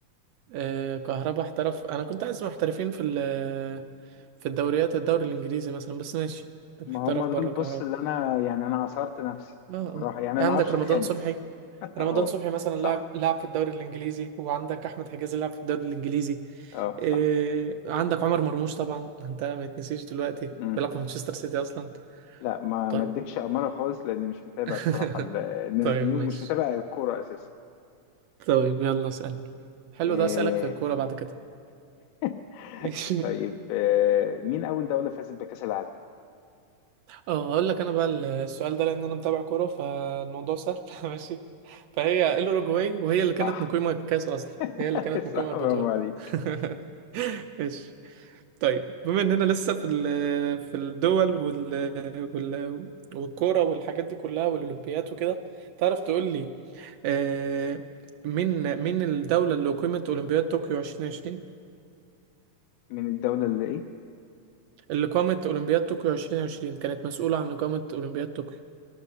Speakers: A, on the right; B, on the left.
A: آه كهربا احترف انا كنت عايز محترفين في ال- في الدوريات الدوري الانجليزي مثلا بس ماشي محترف
B: ما هم
A: بره
B: دول بص
A: كهربا
B: اللي انا يعني انا عصرت نفسي
A: اه
B: بصراحة
A: اه
B: يعني انا
A: إيه
B: ما
A: عندك
B: اعرفش
A: رمضان
B: الخامس
A: صبحي
B: <laughs>
A: رمضان
B: اه
A: صبحي مثلا
B: صح
A: لعب لعب في الدوري الانجليزي وعندك احمد حجازي لعب في الدوري الانجليزي
B: اه صح
A: آه عندك عمر مرموش طبعا انت ما يتنسيش دلوقتي
B: امم
A: بيلعب في مانشستر سيتي اصلا
B: لا ما
A: طيب
B: ما اديكش امارة خالص لاني مش متابع
A: <laughs>
B: بصراحة ال- الناس
A: طيب
B: دي
A: ماشي
B: ومش متابع الكورة اساسا
A: طيب يلا اسألني حلو
B: إيه...
A: ده اسألك في الكورة بعد كده
B: <laughs>
A: <laughs>
B: طيب آه، مين اول دولة فازت بكأس العالم
A: اه هقول لك انا بقى السؤال ده لان انا متابع كوره فالموضوع سهل <laughs> ماشي فهي الاوروجواي وهي اللي كانت
B: صح
A: مقيمه الكاس اصلا
B: <laughs>
A: هي اللي كانت مقيمه
B: صح
A: البطوله
B: برافو عليك
A: <laughs> ماشي طيب بما اننا لسه في ال- في الدول وال وال والكوره والحاجات دي كلها والاولمبيات وكده تعرف تقول لي آه، مين مين الدوله اللي اقيمت اولمبياد طوكيو 2020
B: من الدولة اللي ايه
A: اللي قامت اولمبياد طوكيو 2020 كانت مسؤوله عن اقامه اولمبياد طوكيو